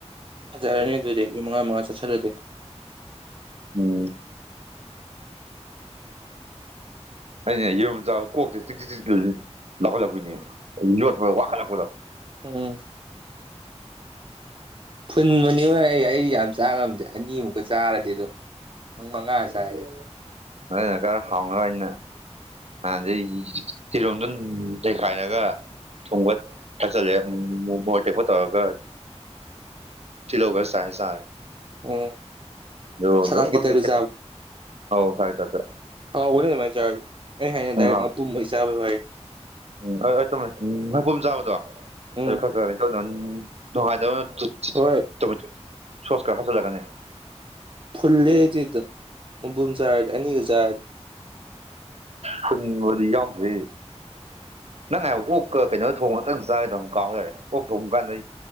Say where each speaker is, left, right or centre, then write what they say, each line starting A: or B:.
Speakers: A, on the right; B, on the right.
A: ꯐꯖꯔꯅꯤ ꯑꯗꯨꯗꯤ ꯑꯩꯨꯨꯝ ꯃꯉꯥ ꯃꯉꯥ ꯆꯠꯁꯜꯂꯗꯤ
B: ꯎꯝ ꯑꯩꯅ ꯌꯦꯔꯨꯝ ꯆ ꯀꯣꯛꯁꯦ ꯆꯤꯛ ꯆꯤ ꯆꯤꯛ ꯂꯧꯥꯎꯈꯠꯂꯛꯄꯅꯦ ꯌꯣꯠꯄꯗ ꯋꯥꯈꯠꯂꯛꯄꯗꯣ
A: ꯍꯝ ꯐꯨꯟ ꯃꯅꯤ ꯍ ꯑꯩ ꯑꯩꯗꯤ ꯌꯥꯝ ꯆꯥ ꯉꯝꯗꯦ ꯑꯅꯤꯃꯨꯛꯀ ꯆꯥꯔꯗꯤ ꯑꯗꯣ ꯎꯪ ꯃꯉꯁꯔꯦ
B: ꯑꯗꯨ ꯀꯔ ꯍꯥꯎꯅꯅ ꯅꯥꯟꯩ ꯐꯤꯔꯣꯝꯗ ꯂꯩꯩꯈꯥꯏꯔꯒ ꯊꯨꯡꯕ ꯊꯥꯛꯆꯜꯂꯦ ꯃꯣꯔꯠ ꯇꯦꯛꯄ ꯇꯧꯔꯒ ꯊꯤꯂꯣꯒꯔ ꯁꯥꯥꯏ ꯁꯥꯔ
A: ꯎꯝ
B: ꯑ
A: ꯁꯂꯥꯠꯀꯤ
B: ꯐꯪ
A: ꯇꯔꯨꯛ
B: ꯍ ꯁꯥꯏ ꯇꯥꯏꯠꯇ
A: ꯍꯥꯎ ꯍꯅꯦ ꯑꯗꯨꯃꯥꯏ ꯆꯥ ꯑꯩ ꯍꯥꯏꯅ ꯗꯥꯏꯔꯦꯛ
B: ꯍꯥꯎꯋꯦ
A: ꯃꯄꯨꯝꯕꯩ ꯆꯥꯕꯩ ꯋꯥ
B: ꯎꯝ ꯍ ꯆꯝꯃꯦ ꯅꯪꯀꯝ ꯆꯥꯕꯗꯣ
A: ꯎꯝ
B: ꯑꯗꯨ ꯈꯔ ꯈꯔ ꯀꯩꯅꯅ ꯇꯧꯗꯅ ꯅꯨꯡꯉꯥꯏꯕ
A: ꯍꯣꯏ
B: ꯁꯁꯀꯥ ꯈꯆ ꯂꯒꯅꯤ
A: ꯐꯨꯜꯂꯦꯗꯤꯗ ꯃꯕꯨꯖꯥꯔ ꯑꯅꯤꯖꯥꯠ
B: ꯈꯨꯨꯟꯕꯨꯗꯤ ꯌꯥꯎꯗꯦ ꯅꯪ ꯍꯥꯏꯕ ꯑꯣꯛꯀ ꯀꯩꯅꯣ ꯊꯣꯡꯇꯪ ꯆꯥꯗ ꯀꯥꯎꯅꯔꯦ ꯑꯣꯛ ꯊꯣꯡꯕ ꯀꯥꯟꯗ